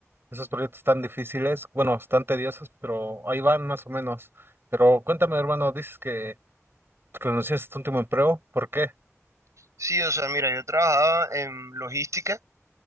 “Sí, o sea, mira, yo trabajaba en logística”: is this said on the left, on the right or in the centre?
Right